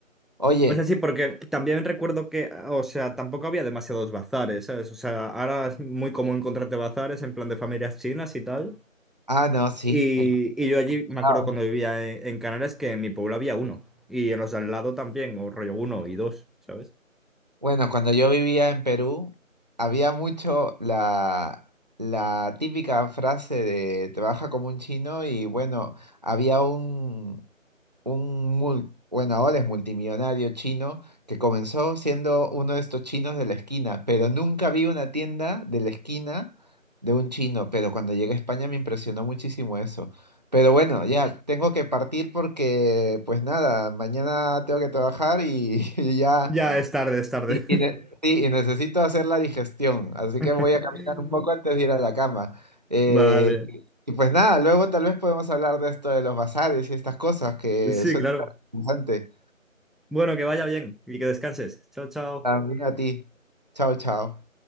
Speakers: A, on the right; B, in the centre.
A: Oye,
B: O sea, sí, porque también recuerdo que, o sea, tampoco había demasiados bazares, ¿sabes? O sea, ahora es muy común encontrarte bazares en plan de familias chinas y tal.
A: ah, no, sí.
B: Y,
A: es
B: y yo allí
A: verdad.
B: me acuerdo cuando vivía en, en Canarias que en mi pueblo había uno. Y en los de al lado también, o rollo uno y dos, ¿sabes?
A: Bueno, cuando yo vivía en Perú, había mucho la, la típica frase de trabaja como un chino y bueno, había un, un mul- bueno, ahora es multimillonario chino que comenzó siendo uno de estos chinos de la esquina, pero nunca vi una tienda de la esquina de un chino, pero cuando llegué a España me impresionó muchísimo eso. Pero bueno, ya tengo que partir porque, pues nada, mañana tengo que trabajar y, <laughs> y ya
B: Ya es tarde, es tarde.
A: y, y ne- sí, y necesito hacer la digestión, así
B: <laughs>
A: que voy a caminar un poco antes de ir a la cama. Eh,
B: Vale.
A: y pues nada, luego tal vez podemos hablar de esto de los bazares y estas cosas que
B: Sí,
A: suena
B: claro.
A: tan interesante.
B: Bueno, que vaya bien y que descanses. Chao, chao.
A: También a ti. Chao, chao.